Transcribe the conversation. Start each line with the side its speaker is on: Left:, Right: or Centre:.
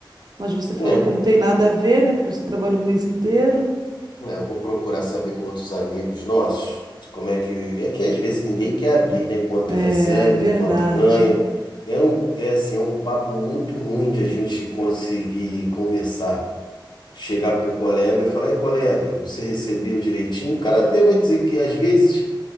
Right: Mas você falou
Left: É, eu
Right: que
Left: vou,
Right: não tem nada a ver, né? Porque você trabalhou o mês inteiro.
Left: é, eu vou procurar saber com outros amigos nossos como é que. É que às vezes ninguém quer abrir, né? Quanto
Right: É,
Left: recebe,
Right: verdade.
Left: quanto ganha. É um, é assim, é um papo muito ruim de a gente conseguir conversar. Chegar para um colega e falar, ei, colega, você recebeu direitinho? O cara até vai dizer que às vezes